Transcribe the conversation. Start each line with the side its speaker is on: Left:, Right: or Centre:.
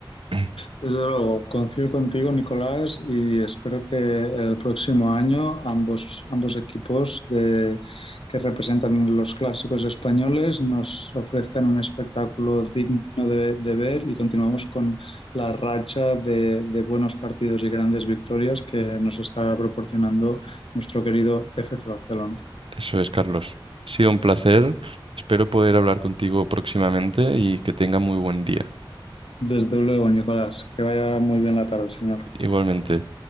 Right: <clears throat>
Left: Desde luego, coincido contigo, Nicolás, y espero que el próximo año ambos, ambos equipos de, que representan los clásicos españoles nos ofrezcan un espectáculo digno de, de ver y continuamos con la racha de, de buenos partidos y grandes victorias que nos está proporcionando nuestro querido FC Barcelona.
Right: Eso es, Carlos. Ha sido un placer. Espero poder hablar contigo próximamente y que tenga muy buen día.
Left: Desde luego, Nicolás, que vaya muy bien la tarde, señor.
Right: Igualmente.